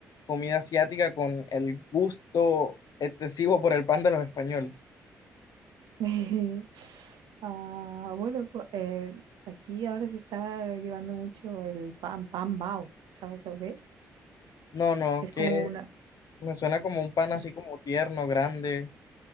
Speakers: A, on the left; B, on the right.
A: comida asiática con el gusto excesivo por el pan de los españoles?
B: <laughs> Ah, bueno, co- eh, aquí ahora se está llevando mucho el pan, pan bao, ¿sabes lo que es?
A: No, no,
B: Es
A: que
B: como una,
A: es- me suena como un pan
B: pues
A: así como tierno, grande.